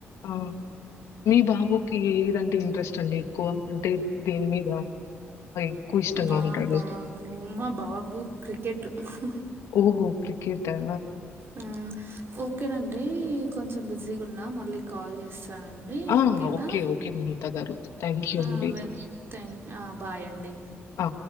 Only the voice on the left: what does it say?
ఆ మీ బాబుకి ఏదంటే ఇంట్రెస్ట్ అంటే ఎక్కువ అంటే దేని మీద ఎక్కువ ఇష్టంగా
ఉంటాడు?
ఓహో క్రికెట్ ఆ
ఆ!
ఓకే. ఓకే మమత గారు. థాంక్ యూ
అండి.
ఆ